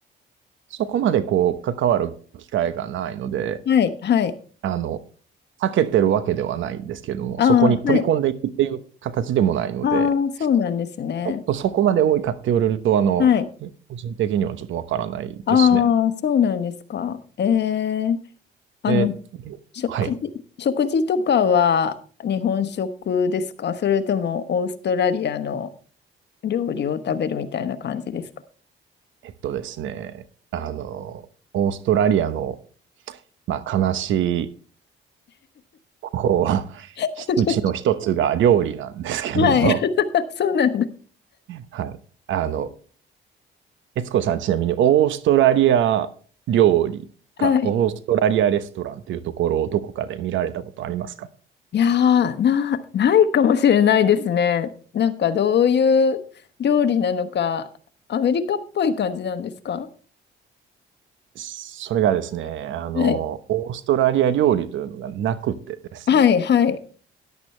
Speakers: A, on the right; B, on the left.
A: そこまでこう関わる機会がないので、
B: はい、はい。
A: あの、避けてるわけではないんですけれども、
B: ああ、
A: そこに飛び込んでいくっていう形でもないので、
B: はい。ああ、そうなんですね。
A: ちょっとそこまで多いかって言われると、あの、
B: はい。
A: 個人的にはちょっとわからないですね。
B: ああ、そうなんですか。ええあの、
A: で、
B: 食事、
A: はい。
B: 食事とかは日本食ですかそれともオーストラリアの料理を食べるみたいな感じですか
A: えっとですね、あの、オーストラリアの、まあ、悲しい、こう、
B: <laughs>
A: <laughs> うちの一つが料理なんですけども、
B: はい、<laughs> そうなんだ。
A: はい。あの、悦子さん、ちなみにオーストラリア料理か、
B: はい。
A: オーストラリアレストランというところをどこかで見られたことありますか
B: いやー、な、ないかもしれないですね。なんかどういう料理なのか、アメリカっぽい感じなんですか
A: それがですね、あの、
B: はい。
A: オーストラリア料理というのがなくてですね、
B: はい、はい、